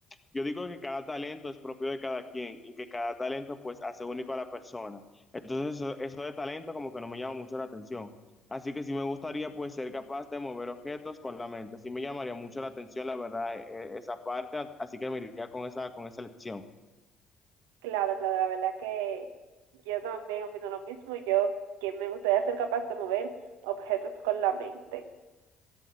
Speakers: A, on the left; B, on the right.
A: Yo digo que cada talento es propio de cada quien y que cada talento pues hace único a la persona. Entonces eso, eso de talento como que no me llama mucho la atención. Así que sí me gustaría pues ser capaz de mover objetos con la mente. Sí me llamaría mucho la atención, la verdad, e- e- esa parte. a- Así que me iría con esa, con esa elección.
B: Claro, claro, la verdad que yo también opino lo mismo. Yo que me gustaría ser capaz de mover objetos con la mente.